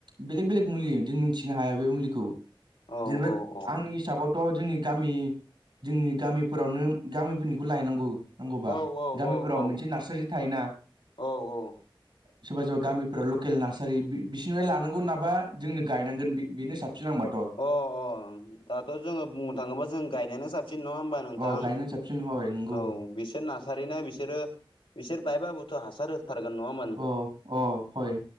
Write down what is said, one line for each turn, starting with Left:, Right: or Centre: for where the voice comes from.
Right: बेलेक बेलेक मुलि जों मिथिनो हाया बे मुलिखौ
Left: औ
Right: जेनेबा
Left: औ औ
Right: आंनि हिसाबाव थ' जोंनि गामि जोंनि गामिफोरावनो गामिफोरनिखौ लायनांगौ। नांगौबा
Left: औ
Right: गामिफोराव मोनसे नार्सारि थायोना।
Left: औ औ
Right: सोरबा सोरबा गामिफोराव लकेल नार्सारि बिसोरनिफ्राय लानांगौ नङाबा जोंनो गायनांगोन बे बेनो साबसिन आंनिबाथ'।
Left: अ अ अ दाथ' जोङो बुंनो थाङोबा जों गायनायानो साबसिन नङा होमबा? नोंथां।
Right: अ गायनानै साबसिन हय नंगौ
Left: औ बिसोर नासा सारिना बिसोरो बिसोर बायबाबोथ' हासार हो थारगोन नङा होनबा?
Right: औ अ हय,